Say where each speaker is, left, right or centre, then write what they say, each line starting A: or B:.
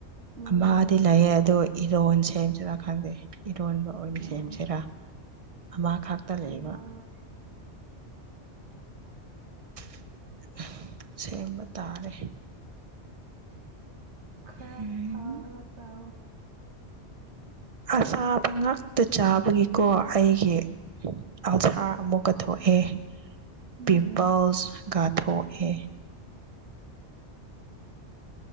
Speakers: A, on the right; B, on the right.
A: ꯎꯝ
B: ꯑꯃꯥꯗꯤ ꯂꯩꯌꯦ ꯑꯗꯣ ꯏꯔꯣꯟ ꯁꯦꯝꯖꯤꯔ ꯈꯪꯗꯦII ꯏꯔꯣꯟꯕ ꯑꯣꯏꯅ ꯁꯦꯝꯁꯤꯔꯥ
A: ꯑꯣ
B: ꯑꯃꯈꯛꯇ ꯂꯩꯕ
A: ꯏꯔꯣꯜꯂ
B: <unintelligible> ꯁꯦꯝꯕ ꯇꯥꯔꯦ
A: ꯈꯔ
B: ꯎꯝ
A: ꯊꯥꯔꯒ ꯆꯥꯎꯑꯣ
B: ꯑꯁꯥꯕ ꯉꯥꯛꯇ ꯆꯥꯕꯒꯤꯀꯣ ꯑꯩꯒꯤ, ꯑꯜꯁꯥꯔ ꯑꯃꯨꯛꯀ ꯊꯣꯛꯑꯦ ꯍꯦ
A: ꯎꯝ
B: ꯄꯤꯝꯄꯜꯁ ꯒ ꯊꯣꯛꯑꯦ
A: <unintelligible>